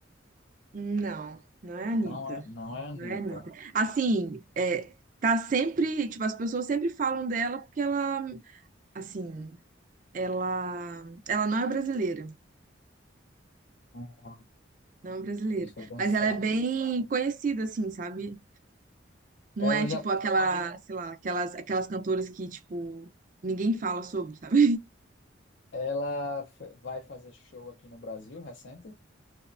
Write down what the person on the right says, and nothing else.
Não, não é a
Anitta,
não é a Anitta. Assim, é, tá sempre, tipo, as pessoas sempre falam dela porque ela, assim, ela, ela não é brasileira,
não é brasileira,
mas ela é bem conhecida, assim, sabe? Não
é,
tipo, aquela, sei lá, aquelas, aquelas cantoras que, tipo, ninguém fala sobre, sabe?